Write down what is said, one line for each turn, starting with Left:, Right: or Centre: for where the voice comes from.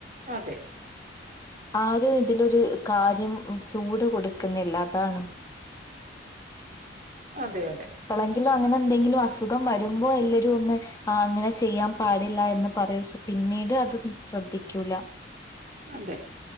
Right: അതെ
Left: ആരും ഇതിലൊരു കാര്യം ചൂട് കൊടുക്കുന്നില്ല അതാണ്
Right: അതെ അതെ
Left: എങ്കിലും അങ്ങനെ എന്തെങ്കിലും അസുഖം വരുമ്പോ എല്ലരും ഒന്ന് ആ അങ്ങനെ ചെയ്യാൻ പാടില്ല എന്ന് പറൂ പക്ഷെ പിന്നീട് അത് ശ്രദ്ധിക്കൂല
Right: അതെ